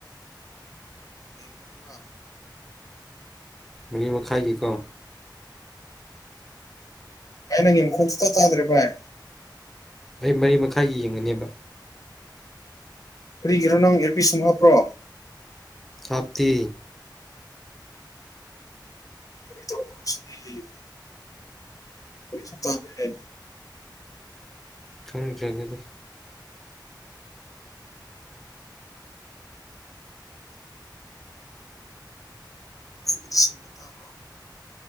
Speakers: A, on the left (about 45°); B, in the centre.
A: ꯌꯦꯡꯕꯅꯦꯕ
B: ꯃꯔꯤ ꯃꯈꯥꯏꯒꯤꯀꯣ
A: ꯥꯚꯥꯏ ꯅꯪ ꯌꯦꯡ ꯃꯈꯣꯡ ꯁꯨꯡꯆꯥ ꯆꯥꯗ꯭ꯔꯦ ꯚꯥꯏ
B: ꯑꯩ ꯃꯔꯤ ꯃꯈꯥꯏꯒꯤ ꯌꯦꯡꯉꯅꯦꯕ
A: ꯀꯔꯤꯒꯤꯔꯣ ꯅꯪ ꯑꯦꯔ ꯄꯤꯁ ꯁꯨꯝ ꯍꯥꯞꯄ꯭ꯔꯣ
B: ꯍꯥꯞꯇꯦ
A: ꯑꯛꯇꯧꯁꯤꯗꯤ <inaudible> ꯑꯣꯏꯁꯨꯄꯗ <unintelligible>
B: ꯈꯪꯗ꯭ꯔꯦ ꯑꯗꯨꯗꯤ
A: ꯑꯩꯒꯤꯗꯤ ꯁꯦꯡꯅ ꯇꯥꯕ꯭ꯔꯣ